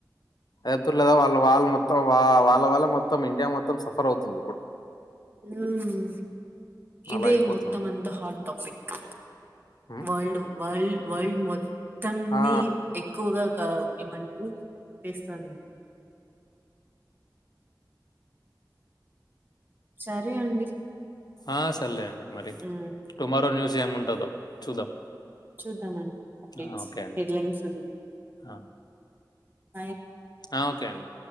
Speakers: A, on the left (about 65°); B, on the right (about 30°).
A: ఎపుర్ లేదా వాళ్ వాళ్ మొత్తం వా వాళ్ళ వల్ల మొత్తం ఇండియా మొత్తం సఫర్ అవుతుంది ఇప్పుడు
B: ఉమ్ ఇదే
A: అలా అయిపోతుంది.
B: మొత్తం అంత హాట్ టాపిక్
A: హ్మ్.
B: వల్ డు వల్ వల్డ్ మొత్తంన్ని
A: ఆ!
B: ఎక్కువ్ గా కా బ్ ఏమంట్రూ ఎస్తంది చరే అండి
A: ఆ సర్ లేే అండి మరి
B: హ్మ్
A: టుమారో న్యూస్ ఎమ్ ఉంటదో చూద్దాం
B: చూద్దామన్ డేట్స్
A: ఆ! ఓకే అండి.
B: హెడ్ లైన్స్ సజివ్
A: ఆ!
B: బయ్ అన్
A: ఆ ఓకే అండి